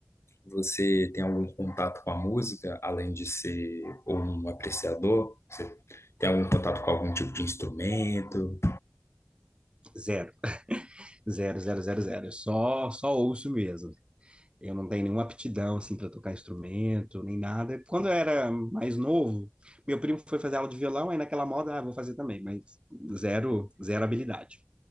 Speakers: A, on the left (about 75°); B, on the right (about 25°).
A: você tem algum contato com a música, além de ser um apreciador? Você tem algum contato com algum tipo de instrumento?
B: Zero, zero, zero, zero, zero. Eu Só, só ouço mesmo. Eu não tenho nenhuma aptidão assim para tocar instrumento, nem nada. Quando eu era mais novo, meu primo foi fazer aula de violão, aí naquela moda, ah, vou fazer também, mas zero, zero habilidade.